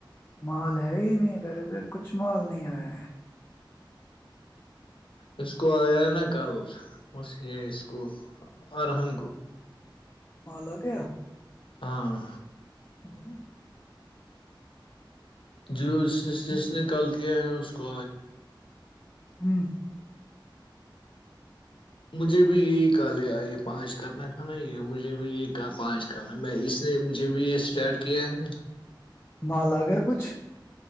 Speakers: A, on the left (about 25°); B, on the left (about 80°).
A: مال ہے ہی نہیں ادر ادھر کچھ مال نہیں آیا ہے
B: اس کو آیا نا کل بس یہ اس کو آرحن کو
A: وال لوگ
B: ہاں
A: ہ <inaudible>
B: جر جس نے ک ہے اس کو
A: ہوں
B: مجھے بھی یہی کہ لیا یہ پانچ کرنا تھا نا یہ مجھے بھی یہی کہا پانچ کرنا میں اس نے مجھے بھی یہ اسٹارٹ کیا ہے نا
A: مال آ گیا کچھ